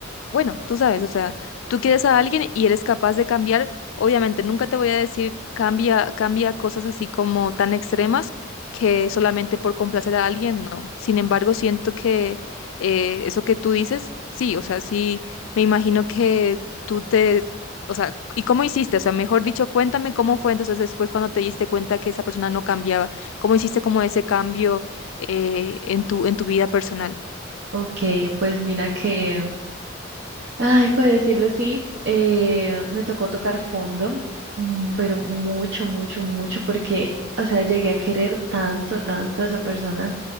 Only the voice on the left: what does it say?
Bueno, tú sabes, o sea, tú quieres a alguien y eres capaz de cambiar. Obviamente, nunca te voy a decir cambia, cambia cosas así como tan extremas que solamente por complacer a alguien, no. Sin embargo, siento que eh, eso que tú dices, sí, o sea, sí, me imagino que tú te, o sea, ¿y cómo hiciste? O sea, mejor dicho, cuéntame cómo fue entonces después cuando te diste cuenta que esa persona no cambiaba, cómo hiciste como ese cambio eh, en tu, en tu vida personal.